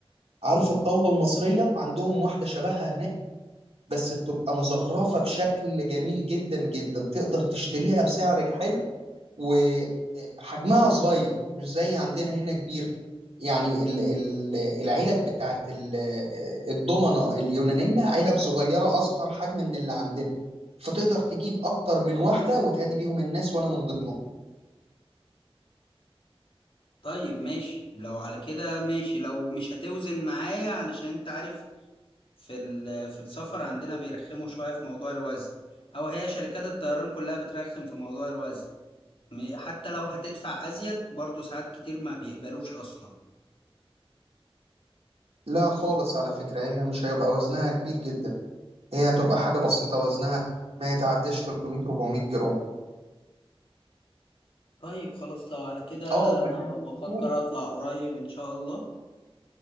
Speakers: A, on the right; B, on the left.
A: عارف الطاولة المصرية عندهم واحدة شبهها هناك بس بتبقى مزخرفة بشكل جميل جدا جدا تقدر تشتريها بسعر حلو وحجمها صغير مش زي عندنا هنا كبير يعني ال- ال- العلب بتاعت ال- الضمنة اليونانية علب صغيرة أصغر حجم من اللي عندنا فتقدر تجيب أكتر من واحدة وتهدي بيهم الناس وأنا من ضمنهم
B: طيب ماشي لو على كده ماشي لو مش هتوزن معايا علشان انت عارف في ال- في السفر عندنا بيرخموا شوية في موضوع الوزن او هي شركات الطيران كلها بترخم في موضوع الوزن م- حتى لو هتدفع ازيد برضو ساعات كتير ما بيقبلوش اصلا
A: لا خالص على فكرة هي مش هيبقى وزنها كبير جدا هي هتبقى حاجة بسيطة وزنها ما يتعداش 300 400 جرام
B: طيب خلاص لو على كده
A: اه وما
B: انا
A: تنساش
B: ب- بفكر اطلع قريب ان شاء الله